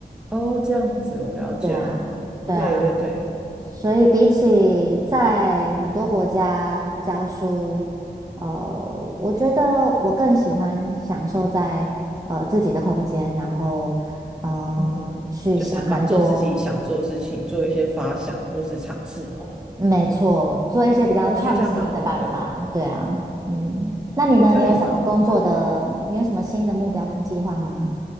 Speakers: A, in the centre; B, on the right.
A: 哦，这样子我了解了，
B: 对啊，对啊，
A: 对对对，
B: 所以比起在很多国家教书，呃，我觉得我更喜欢享受在呃自己的空间，然后呃去想很多，
A: 嗯哼，就是发做自己想做的事情，做一些发想或是尝试，吼，
B: 没错，做一些比较创新的办法，
A: 哦，我觉得这样蛮好的。
B: 对啊，嗯，那你呢？
A: 这样也蛮好的。
B: 你有什么工作的？你有什么新的目标跟计划吗？